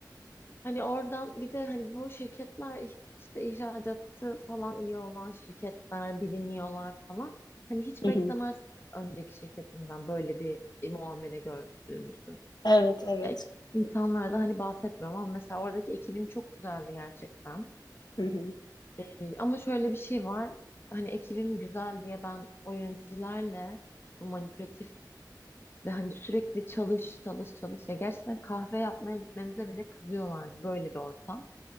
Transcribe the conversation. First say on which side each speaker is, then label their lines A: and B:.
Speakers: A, on the left (about 30°); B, on the left (about 70°).
A: Hani oradan bir de hani bu şirketler iş- işte ihracatı falan iyi olan şirketler biliniyorlar falan. Hani hiç
B: Hı
A: beklemez
B: hı.
A: önceki şirketimden böyle bir muamele gördüğümüzü.
B: Evet, evet.
A: Ya, insanlardan hani bahsetmiyorum ama mesela oradaki ekibim çok güzeldi gerçekten.
B: Hı hı.
A: Ee, ama şöyle bir şey var. Hani ekibim güzel diye ben o yöneticilerle bu manipülatif ve hani sürekli çalış çalış çalış. Ya gerçekten kahve yapmaya gitmemize bile kızıyorlardı böyle bir ortam.